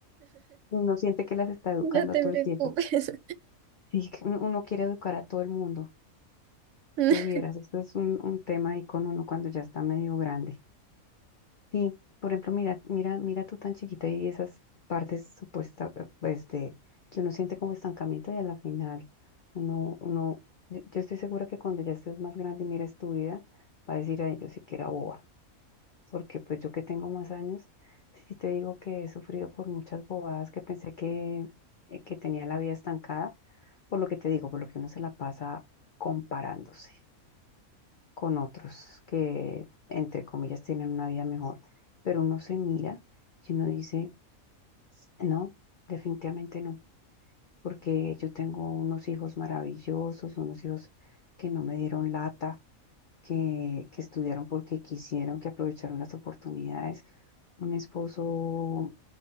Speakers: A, on the left; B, on the right.
A: Uno siente que las está educando
B: no te
A: todo
B: preocupes.
A: el tiempo. Y que uno uno quiere educar a todo el mundo.
B: <laughs>
A: Tú vieras, esto es un, un tema ahí con uno cuando ya está medio grande. Sí, por ejemplo, mira, mira, mira tú tan chiquita y esas partes supuestas, pues de que uno siente como estancamiento y a la final uno, uno, yo yo estoy segura que cuando ya estés más grande y mires tu vida, va a decir a ellos sí que era boba, porque pues yo que tengo más años, sí te digo que he sufrido por muchas bobadas que pensé que, eh, que tenía la vida estancada, por lo que te digo, por lo que uno se la pasa comparándose con otros que, entre comillas, tienen una vida mejor. Pero uno se mira y uno dice, no, definitivamente no, porque yo tengo unos hijos maravillosos, unos hijos que no me dieron lata, que, que estudiaron porque quisieron, que aprovecharon las oportunidades, un esposo